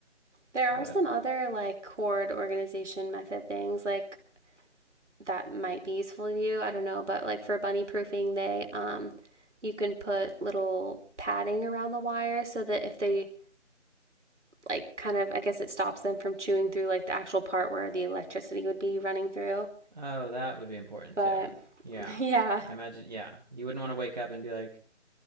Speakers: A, on the right; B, on the right.
A: There are
B: But
A: some other like chord organization method things like that might be useful to you. I don't know, but like for bunny proofing, they um you can put little padding around the wire so that if they like kind of I guess it stops them from chewing through like the actual part where the electricity would be running through.
B: oh, that would be important
A: But
B: too. Yeah.
A: yeah,
B: I imagine, yeah. You wouldn't want to wake up and be like,